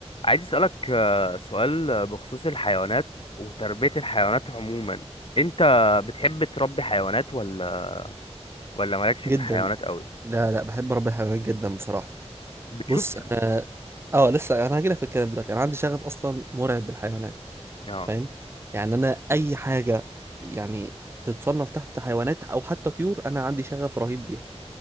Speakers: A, on the left; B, on the right.
A: عايز اسألك آه، سؤال آه، بخصوص الحيوانات وتربية الحيوانات عموما انت بتحب تربي حيوانات ولا ولا مالكش في
B: جدا
A: الحيوانات قوي
B: لا لا بحب رب الحيوانات جدا بصراحة
A: بتشوف
B: بص انا اه لسه انا هجيلك في الكلام دلوقتي انا عندي شغف اصلا مرعب بالحيوانات
A: اه
B: فاهم يعني انا اي حاجة يعني تتصنف تحت حيوانات او حتى طيور انا عندي شغف رهيب بيها